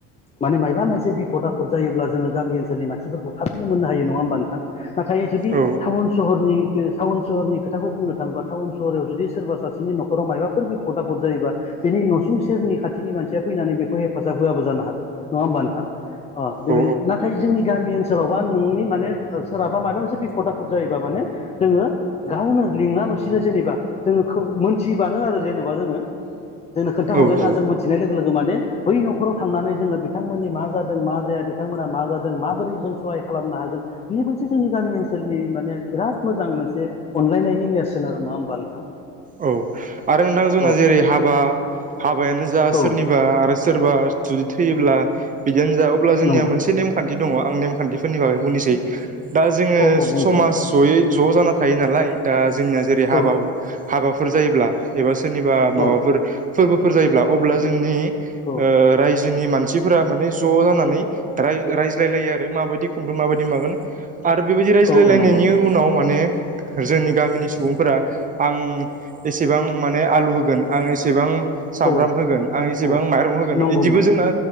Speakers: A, on the left; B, on the right.
A: माने मायबा मोनसे बिफद आफद जायोब्ला जोङो गामि ओनसोलनि मानसिफोरखौ थाबैनो मोननो हायो नङा होमबा नोंथां नाथाय जुदि
B: औ
A: टाउन सहरनि टाउन सहरनि खोथाखौ बुंनो थाङोबा टाउन सहराव जुदि सोरबा सासेनि न'खराव मायबाफोर बिपद आपद जायोबा बेनि न'सुं सेरनि खाथिनि मानसिया फैनानै बेखौ हेफाजाब होआबो जानो हागौ नङा होमबा नोंथां बेबायदि
B: औ
A: नाथाय जोंनि गामि ओनसोलाव बा नोंनि माने सोरहाबा माबा मोनसे बिफद आफद जायोबा माने जोङो गावनो लिङाला'सिनो जेनेबा जोंखौ मोनथिब्लानो आरो जेनेबा जोङो जोंनो खोन्थाहरलायनाङा
B: औ औ
A: जों मोनथिनाय लोगो लोगो माने बै न'खराव थांनानै जोङो बिथांमोननि मा जादों मा जाया बिथांमोना मा जादों माबोरै जों खहाय खालामनो हागोन बियो मोनसे जोंनि गामि ओनसोलनि माने बिराद मोजां मोनसे अनलायनायनि नेरसोन नङा होनबा नोंथां
B: औ आरो नोंथां जोंना
A: औ
B: जेरै हाबा हाबायानो जा
A: औ
B: सोरनिबा आरो सोरबा बा जुदि थैयोब्ला बिदियानो जा अब्ला जोंनिया
A: नंगौ
B: मोनसे नेमखान्थि दङ आं नेमखान्थिफोरनि बागै बुंनोसै दा जोङो
A: औ औ बुंजायो
B: समाज जयै ज' जाना थायो नालाय दा जोंनिया जेरै हाबा
A: औ
B: हाबाफोर जायोब्ला एबा सोरनिबा माबाफोर
A: औ
B: फोरबोफोर जायोब्ला अब्ला जोंनि
A: औ
B: ओह रायजोनि मानसिफोरा माने ज' जानानै नै रायज्लायलायो आरो माबायदि खुंगोन माबायदि मागोन आरो बेबायदि रायज्लायलायनायनि
A: औ नंगौ नंगौ
B: उनाव माने जोंनि गामिनि सुबुंफोरा आं एसेबां माने आलु होगोन आं एसेबां सामब्राम
A: औ
B: होगोन
A: औ
B: आं इसेबां
A: औ
B: माइरं होगोन
A: नंगौ
B: बिदिबो
A: नंगौ
B: जोंना